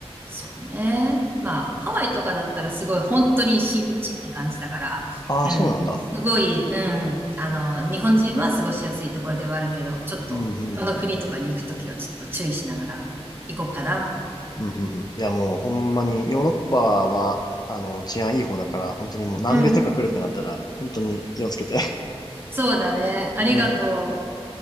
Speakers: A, on the right; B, on the left.
A: そうね。まあ、ハワイとかだったらすごい、本当に親日って感じだから、
B: ああ、
A: うん。
B: そうなんだ。
A: すごい、うん。あの、日本人は過ごしやすいところではあるけど、ちょっと他の国とかに行くときはちょっと注意しながら行こうかな。
B: うん、うん、うん。うん、うん、うん。いや、もうほんまに、ヨーロッパは、あの、治安いい方だから、本当にもう南米とか来るってなったら、
A: うん。
B: 本当に気をつけて。<laughs>
A: そうだね。ありがとう。
B: うん。